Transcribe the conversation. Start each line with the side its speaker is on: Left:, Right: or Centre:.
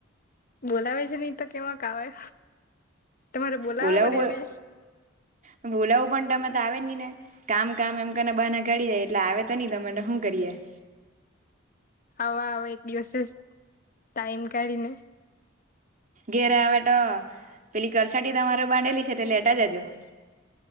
Left: બોલાવે છે નહી તો કેવા ક આવે. તમારે બોલાવા
Right: બોલાવું
Left: પડે ને
Right: ણ બોલાવું પણ તમે તો આવે નહી ને કામ કામ એમ કહીંને બહાના કાઢી દઈએ એટલે આવે તો નહી તમે તો હું કરીએ? <inaudible>
Left: હવા આવીશ એક દિવસે જ ટાઈમ કાઢીને.
Right: ઘેરે આવે તો પેલી કરસાટી તમારે બનેલી છે તે લેટા જાજો <inaudible>